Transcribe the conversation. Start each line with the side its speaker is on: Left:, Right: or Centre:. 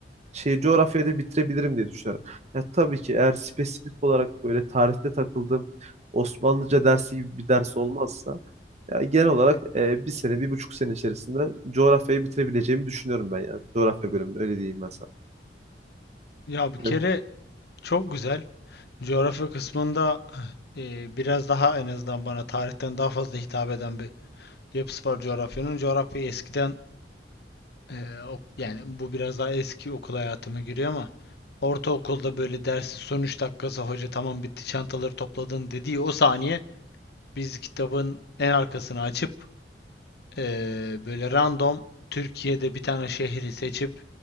Right: şey coğrafyada bitirebilirim diye düşünüyorum. Ya tabii ki eğer spesifik olarak böyle tarihte takıldığım Osmanlıca dersi gibi bir ders olmazsa ya genel olarak e, bir sene, bir buçuk sene içerisinde coğrafyayı bitirebileceğimi düşünüyorum ben yani. Coğrafya bölümünü öyle diyeyim ben sana.
Left: Ya bir kere
Right: Hı.
Left: çok güzel. Coğrafya kısmında e, biraz daha en azından bana tarihten daha fazla hitap eden bir yapısı var coğrafyanın. Coğrafya eskiden e, ok- yani bu biraz daha eski okul hayatıma giriyor ama ortaokulda böyle dersin son 3 dakikası hoca tamam bitti çantaları topladın dediği o saniye Biz kitabın en arkasını açıp eee, böyle random Türkiye'de bir tane şehri seçip